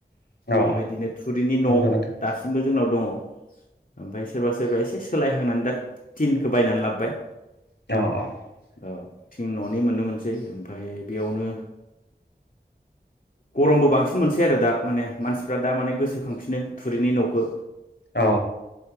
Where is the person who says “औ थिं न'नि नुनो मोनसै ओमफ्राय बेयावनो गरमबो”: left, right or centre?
Left